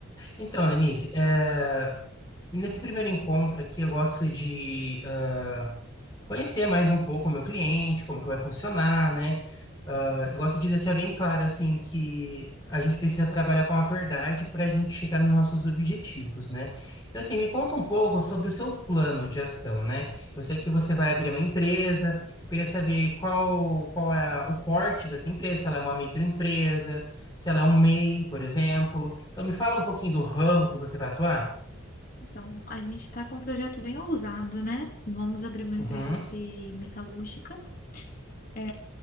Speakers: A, on the left (about 20°); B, on the left (about 40°).
A: Então, Lenice, é, Nesse primeiro encontro aqui, eu gosto de ah, conhecer mais um pouco o meu cliente, como que vai funcionar, né? Ah, eu gosto de deixar bem claro, assim, que a gente precisa trabalhar com a verdade para a gente chegar nos nossos objetivos, né? Então, assim, me conta um pouco sobre o seu plano de ação, né? Eu sei que você vai abrir uma empresa, eu queria saber qual, qual é a- o porte dessa empresa, se ela é uma microempresa, se ela é um MEI, por exemplo. Então, me fala um pouquinho do ramo que você vai atuar.
B: Então, a gente está com um projeto bem ousado, né? Vamos abrir uma empresa
A: Uhum.
B: de metalúrgica. É,